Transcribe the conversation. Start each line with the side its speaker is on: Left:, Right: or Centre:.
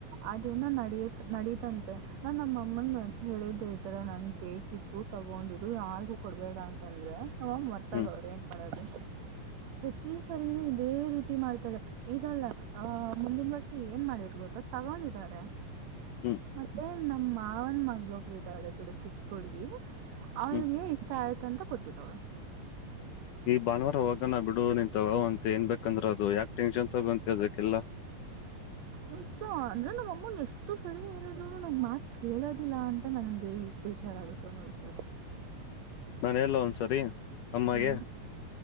Right: ಅದೇನ ನಡಿಯತ್ ನಡೀತಂತೆ ನಾನ್ ನಮ್ಮಮ್ಮನ್ ಹೇಳಿದ್ದ ಈತರ ನನ್ಗ್ ಬೇಕಿತ್ತು ತ ತಗೊಂಡಿದ್ರು ಯಾರ್ಗು ಕೊಡ್ಬೇಡ ಅಂತ ಅಂದ್ರೆ ನಮ್ಮಮ್ಮ ಮರ್ತಾಗ
Left: ಹ್ಮ್
Right: ಅವ್ರ ಏನ್ ಮಾಡೋದು ಪ್ರತಿ ಸರಿನೂ ಇದೇ ರೀತಿ ಮಾಡ್ತ ಈಗಲ್ಲ ಅಹ ಮುಂದಿನ ವರ್ಷ ಏನ್ ಮಾಡಿರ್ಬೋದು ತಗೊಂಡಿದಿದ್ದಾರೆ
Left: ಹ್ಮ್
Right: ಮತ್ತೆ ನಮ್ ಮಾವನ ಮಂಗ್ಳೊಬ್ರು ಇದ್ದಾವಳೆ ಬಿಡು ಚಿಕ್ಕ ಹುಡ್ಗಿ ಅವ್ರಿಗೆ
Left: ಹ್ಮ್
Right: ಇಷ್ಟ ಆಯ್ತು ಅಂತ ಕೊಟ್ಬಿಟ್ಟವಳ
Left: ಈ ಭಾನುವಾರ ಹೋಗಗನ ಬಿಡುವ ನಿಂತ ಅಂತ ಏನ್ಬೇಕಂದ್ರೆ ಅದು ಯಾಕ ಟೆನ್ಷನ್ ತಗೊಂತರದಕ್ಕೆಲ್ಲ
Right: ನಿಜ ಅಂದ್ರೆ ನಮ್ಮ್ ಅಮ್ಮನ್ ಎಷ್ಟು ಸರಿ ಹೇಳಿದ್ರು ನಂ್ ಮಾತ್ ಕೇಳೋದಿಲ್ಲ ಅಂತ ನನ್ಗೆ ಬೇಜಾರ್ ಆಗುತ್ತೆನ್ನೊಂದ್ಸರ್
Left: ನಾನು ಎಲ್ಲ ಒಂದ್ಸರಿ ಅಮ್ಮಗೆ
Right: ಹ್ಮ್